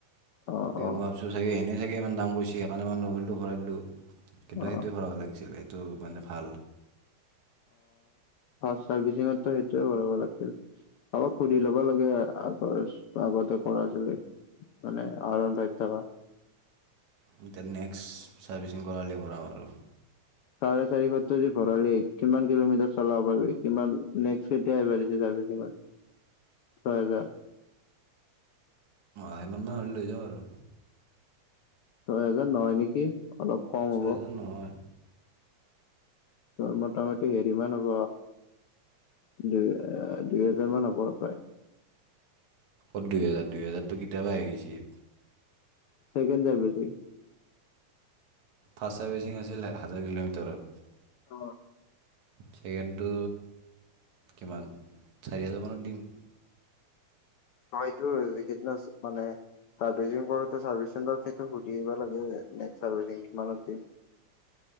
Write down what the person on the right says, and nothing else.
গতিকে মই ভাবছো চাগে এনেই চাগে ইমান দাম কৈছি সেইকাৰণে মই মবিলটো ভৰাই দিলোঁ। কিন্তু
সেইটোৱে ভৰাব লাগিছিল সেইটো মানে ভাল।
এতিয়া নেক্সট চাৰ্ভিচিং কৰালে ভৰাম আৰু।
<unintelligible> হ'লে লৈ যাম আৰু।
ছয়
হাজাৰ নহয়।
অ' দুইহেজাৰ- দুইহেজাৰটো কতিয়াবা আহি গেইচি।
ফাষ্ট চাৰ্ভিচিং আছিল হাজাৰ কিলোমিটাৰত।
চেকেণ্ডটো কিমান চাৰি হাজাৰ মানত দিম।